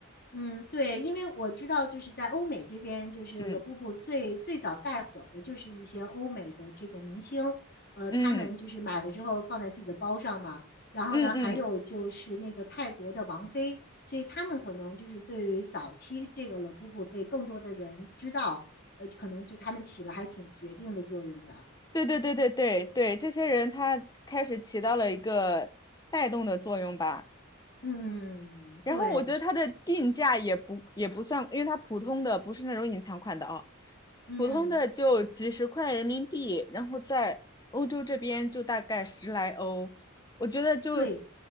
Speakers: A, on the left; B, on the left.
A: 嗯，对，因为我知道，就是在欧美这边，就是
B: 嗯
A: u 布布最最早带火的就是一些欧美的这个明星，呃，
B: 嗯
A: 他们就是买了之后放在自己的包上嘛。然后呢，
B: 嗯嗯，
A: 还有就是那个泰国的王菲，所以他们可能就是对于早期这个 u 布布被更多的人知道，呃，可能就他们起了还挺决定的作用的。
B: 对对对对对对，这些人他开始起到了一个带动的作用吧。
A: 嗯，
B: 然后我觉得它的定价也不也不算，
A: 对，
B: 因为它普通的不是那种隐藏款的啊，
A: 嗯，
B: 普通的就几十块人民币，然后在欧洲这边就大概十来欧，
A: 对
B: 我觉得就
A: 对。